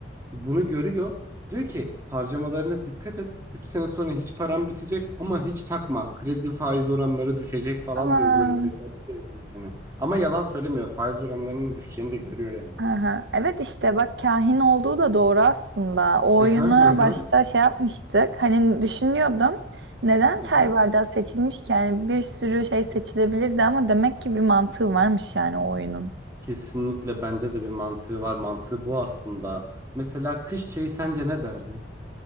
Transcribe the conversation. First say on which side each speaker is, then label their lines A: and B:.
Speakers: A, on the right; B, on the right.
A: Bunu görüyor. Diyor ki harcamalarına dikkat et. 3 sene sonra hiç param bitecek ama hiç takma. Kredi faiz oranları düşecek falan
B: Aman.
A: diyor böyle teselli de ediyor seni. Ama yalan söylemiyor. Faiz oranlarının düşeceğini de görüyor yani.
B: Aha. Evet işte bak kahin olduğu da doğru aslında. O oyunu
A: Hı hı hı hı.
B: başta şey yapmıştık. Hani düşünüyordum. Neden çay
A: Hı hı.
B: bardağı seçilmiş ki? Yani bir sürü şey seçilebilirdi ama demek ki bir mantığı varmış yani o oyunun.
A: Kesinlikle bence de bir mantığı var. Mantığı bu aslında. Mesela kış çayı sence ne derdi?